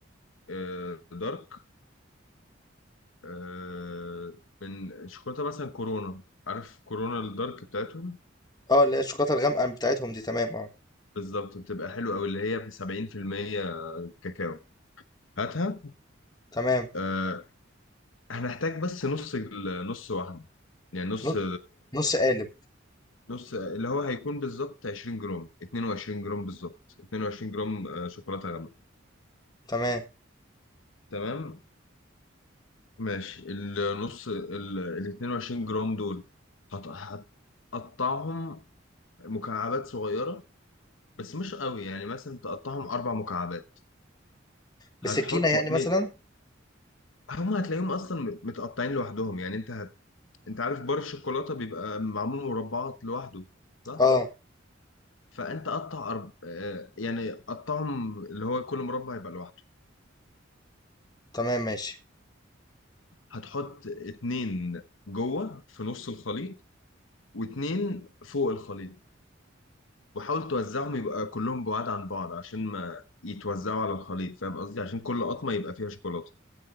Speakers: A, on the left (about 85°); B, on the left (about 20°).
A: آه، دارك آه، من شوكولاتة مثلا كورونا عارف كورونا الدارك بتاعتهم
B: اه اللي هي الشوكولاتة الغامقة بتاعتهم دي تمام اه
A: بالظبط بتبقى حلوة أوي اللي هي سبعين في المية كاكاو هاتها
B: تمام
A: آه، هنحتاج بس نص ال- نص واحدة يعني نص
B: نص نص قالب
A: نص اللي هو هيكون بالظبط 20 جرام 22 جرام بالظبط 22 جرام آه، شوكولاتة غامقة
B: تمام
A: تمام ماشي النص ال ال 22 جرام دول هت- هتقطعهم مكعبات صغيرة بس مش قوي يعني مثلا تقطعهم أربع مكعبات
B: بالسكينة
A: هتحط
B: يعني
A: اتنين
B: مثلا
A: هما هتلاقيهم أصلا مت- متقطعين لوحدهم يعني أنت هت... أنت عارف بار الشوكولاتة بيبقى معمول مربعات لوحده صح؟
B: اه
A: فأنت قطع أرب... آه، يعني قطعهم اللي هو كل مربع يبقى لوحده
B: تمام ماشي
A: هتحط اتنين جوه في نص الخليط واتنين فوق الخليط وحاول توزعهم يبقى كلهم بعاد عن بعض عشان ما يتوزعوا على الخليط فاهم قصدي عشان كل قطمة يبقى فيها شوكولاتة